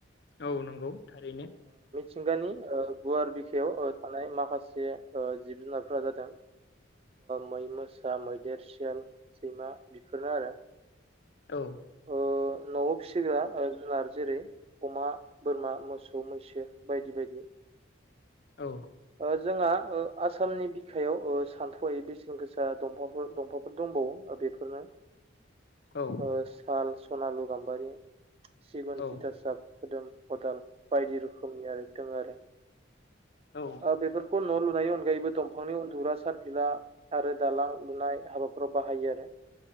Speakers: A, on the left; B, on the right.
A: औ नंगौ थारैनो
B: थिंगानि गुवार बिखायाव थानाय माखासे जिब जुनारफोरा जादों मै मोसा मैदेर सयाल सैमा बेफोरनो आरो
A: औ
B: ओ न'आव फिसिग्रा जुनार जेरै अमा बोरमा मोसौ सौ मैसो बायदि बायदि
A: औ
B: ओ जोंहा आसामनि बिखायाव सानथौआायै बेसेन गोसा दंफांफोर दंफांफोर दंबावो दा बेफोरनो
A: औ
B: साल सनालु गाम्बारि सिगुन
A: औ
B: थिथासाब मोदोम खदाल बायदि रोखोमनि आरो दङ आरो
A: औ
B: बेफोरखौ न' लुनायनि अनगायैबो दंफांनि अन दुरा सारफिला आरो दालां लुनाय हाबाफोराव बाहायो आरो